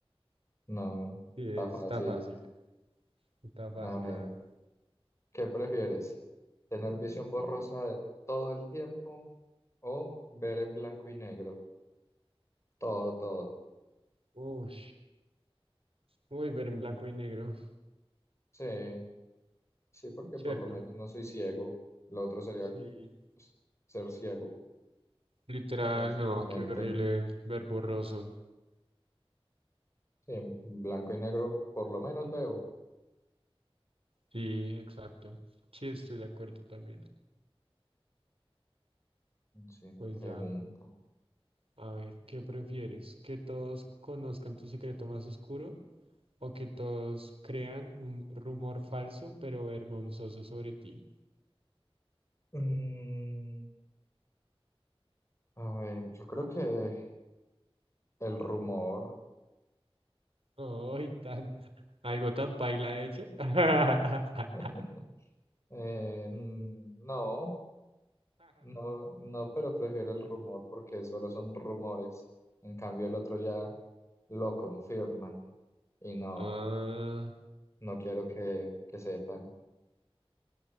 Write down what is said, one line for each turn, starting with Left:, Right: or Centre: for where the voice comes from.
Left: No,
Right: Sí,
Left: está fácil.
Right: está fácil, está fácil,
Left: A ver,
Right: la verdad.
Left: ¿qué prefieres? ¿Tener visión borrosa de todo el tiempo o ver en blanco y negro? Todo, todo.
Right: Uy, uy, ver en blanco y negro,
Left: Sí, sí, porque
Right: ¿cierto?
Left: por lo menos no soy ciego. Lo otro sería
Right: Sí.
Left: pues, ser ciego,
Right: Literal,
Left: básicamente.
Right: no, qué horrible ver borroso.
Left: Sí, en blanco y negro por lo menos veo.
Right: Sí, exacto. Sí, estoy de acuerdo también.
Left: Sí,
Right: Pues
Left: pregunta.
Right: ya, a ver, ¿qué prefieres? ¿Que todos conozcan tu secreto más oscuro o que todos crean un rumor falso pero vergonzoso sobre ti?
Left: Mm, a ver, yo creo que el rumor.
Right: Ay, tan, algo tan paila hecho. <laughs>
Left: <laughs> Eh, mm, no. No, no, pero prefiero el rumor porque solo son rumores. En cambio, el otro ya lo confirman y no,
Right: Ah,
Left: no quiero que, que sepan.